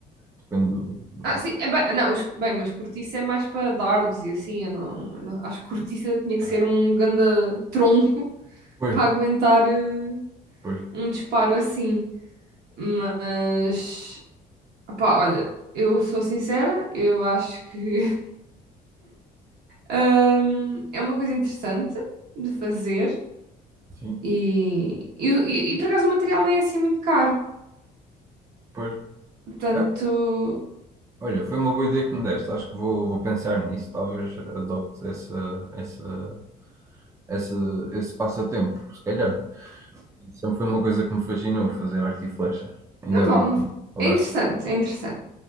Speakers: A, on the right; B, on the right.
A: depende do, do-
B: Ah, sim, é bem, não, os- bem, mas cortiça é mais para dardos e assim, eu não, eu não- acho que cortiça tinha que
A: Ah,
B: ser um ganda tronco <laughs>
A: pois,
B: para aguentar eh,
A: pois,
B: um disparo assim. Mas, pá, olha, eu sou sincera, eu acho que <laughs> hum, é uma coisa interessante de fazer
A: sim,
B: e, e, e- e, por acaso o material nem é assim muito caro,
A: pois.
B: portanto,
A: É, Olha, foi uma boa ideia que me deste. Acho que vou, vou pensar nisso. Talvez adopte essa, essa, essa, esse passatempo, se calhar. Sempre foi uma coisa que me fascinou, fazer arte e flecha. Ainda
B: não vale,
A: bem que falaste.
B: é interessante, é interessante.